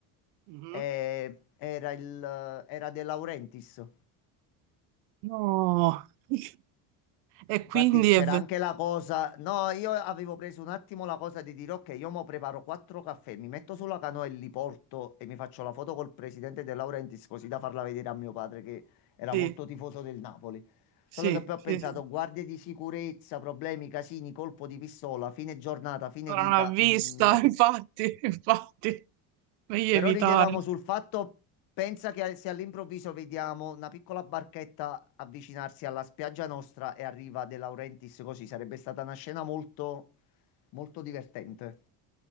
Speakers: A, on the right (about 75°); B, on the left (about 60°).
A: mhm.
B: E era il, era De Laurentiis.
A: No. <laughs> E quindi
B: Infatti c'era
A: è ve-
B: anche la cosa, no, io avevo preso un attimo la cosa di dire ok, io mo preparo quattro caffè, mi metto sulla canoa e li porto e mi faccio la foto col presidente De Laurentiis così da farla vedere a mio padre che era
A: sì,
B: molto tifoso del Napoli.
A: sì,
B: Solo che poi ho
A: sì,
B: pensato,
A: sì.
B: guardie di sicurezza, problemi, casini, colpo di pistola, fine giornata, fine
A: Ora
B: vita,
A: non ha vista,
B: mm, no.
A: <laughs> infatti, infatti, meglio
B: Però
A: evitare.
B: ridevamo sul fatto, pensa che se all'improvviso vediamo una piccola barchetta avvicinarsi alla spiaggia nostra e arriva De Laurentiis così, sarebbe stata una scena molto, molto divertente.